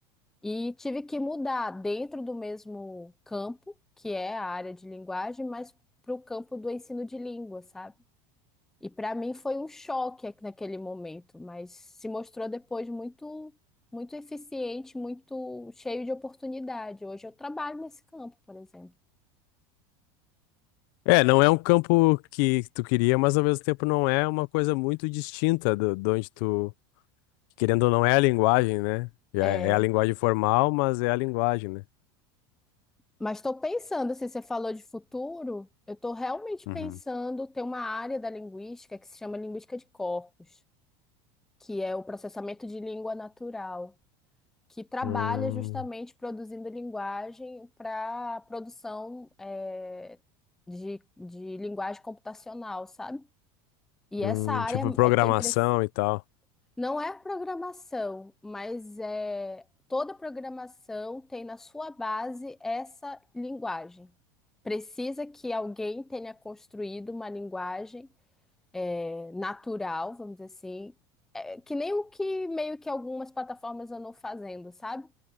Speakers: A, in the centre; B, on the left.
A: E tive que mudar dentro do mesmo campo, que é a área de linguagem, mas para o campo do ensino de língua, sabe? E para mim foi um choque aqui naquele momento, mas se mostrou depois muito, muito eficiente, muito cheio de oportunidade. Hoje eu trabalho nesse campo, por exemplo.
B: É, não é um campo que tu queria, mas ao mesmo tempo não é uma coisa muito distinta do, de onde tu, querendo ou não, é a linguagem, né? Já
A: É,
B: é é a linguagem formal, mas é a linguagem, né?
A: mas estou pensando, assim, você falou de futuro, eu estou realmente
B: Uhum.
A: pensando ter uma área da linguística que se chama linguística de corpos, que é o processamento de língua natural, que trabalha
B: Hum,
A: justamente produzindo linguagem para produção, é, de, de linguagem computacional, sabe? E
B: hum,
A: essa área
B: tipo programação
A: é, tem crescido.
B: e tal.
A: Não é programação, mas é toda programação tem na sua base essa linguagem. Precisa que alguém tenha construído uma linguagem é, natural, vamos dizer assim, é, que nem o que meio que algumas plataformas andam fazendo, sabe?